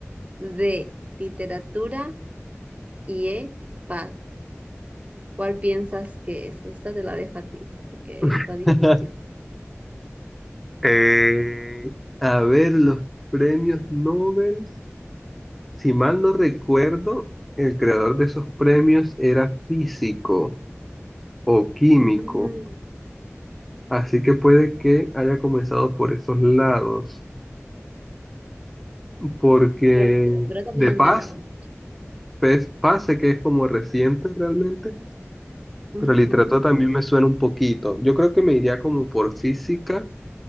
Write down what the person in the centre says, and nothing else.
<laughs>
Eh, a ver, los premios Nobel. Si mal no recuerdo, el creador de esos premios era físico o químico,
así que puede que haya comenzado por esos lados, porque
de Paz,
pues, Paz sé que es como reciente realmente,
pero literatura también me suena un poquito. Yo creo que me iría como por física,